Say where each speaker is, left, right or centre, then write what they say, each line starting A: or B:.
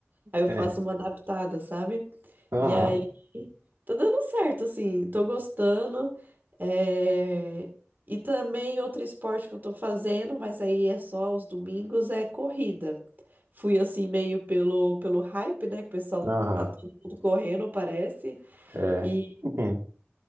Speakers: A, on the right (about 45°); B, on the right (about 80°).
A: Aí eu
B: é,
A: faço uma adaptada, sabe?
B: aham,
A: E aí tá dando certo, assim, tô gostando. É, E também outro esporte que eu tô fazendo, mas aí é só aos domingos, é corrida. Fui assim meio pelo, pelo hype, né? Que o pessoal
B: aham,
A: tá todo mundo correndo, parece.
B: é.
A: E
B: <laughs>